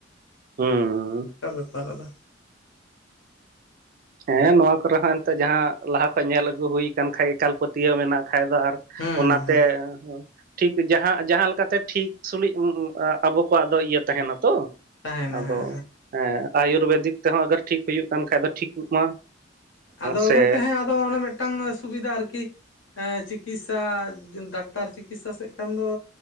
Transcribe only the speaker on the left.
ᱚᱱᱠᱟ ᱵᱮᱯᱟᱨ ᱟᱫᱚ
ᱦᱮᱸ
ᱦᱮᱸ ᱦᱮᱸ
ᱛᱟᱦᱮᱱᱟ
ᱦᱮᱸ
ᱟᱫᱚ
ᱜᱚᱢᱠᱮ ᱦᱮᱸ ᱟᱫᱚ ᱚᱱᱮ ᱢᱮᱫᱴᱟᱝ ᱥᱩᱵᱤᱫᱷᱟ ᱟᱨᱠᱤ ᱦᱮᱸ ᱪᱤᱠᱤᱥᱥᱟ ᱰᱟᱠᱛᱟᱨ ᱪᱤᱠᱤᱥᱥᱟ ᱥᱮᱫ ᱠᱷᱟᱱ ᱫᱚ